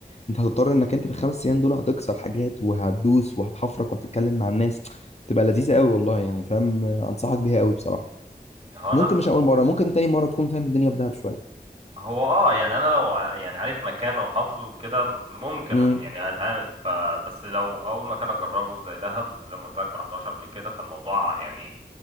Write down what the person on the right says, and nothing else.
هو
انا بس
هو اه يعني انا لو ع- يعني عارف مكانه وحافظه وكده ممكن
يعني اتعامل ف بس لو اول مكان اجربه زي دهب زي ما قلت لك ما رحتهاش قبل كده فالموضوع يعني